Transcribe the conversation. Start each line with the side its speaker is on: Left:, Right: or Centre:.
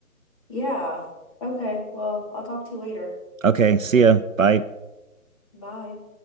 Left: Yeah. Okay. Well, I'll talk to you later.
Right: Okay, see ya. Bye.
Left: Bye.